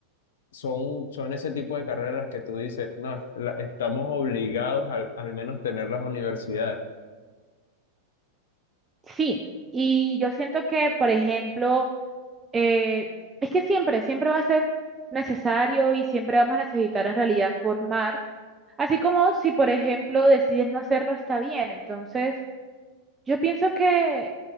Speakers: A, on the left (about 60°); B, on the right (about 15°).
A: son, son ese tipo de carreras que tú dices, no, es- la- estamos obligados al, al menos tener las universidades.
B: Sí, y yo siento que, por ejemplo, eh, es que siempre, siempre va a ser necesario y siempre vamos a necesitar en realidad formar. Así como si, por ejemplo, decides no hacerlo, está bien. Entonces, yo pienso que,